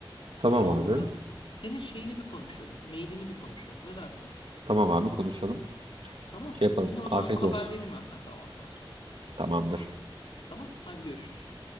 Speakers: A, on the right; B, on the left.
A: Tamam
B: Sonra
A: abi.
B: senin şeyini bir konuşalım. Mailini bir konuşalım. Ne dersin?
A: Tamam abi konuşalım.
B: Tamam.
A: Şey yapalım.
B: Yine o
A: Afiyet
B: zaman haber
A: olsun.
B: veririm ben sana kahvaltıdan sonra.
A: Tamamdır.
B: Tamam. Hadi görüşürüz.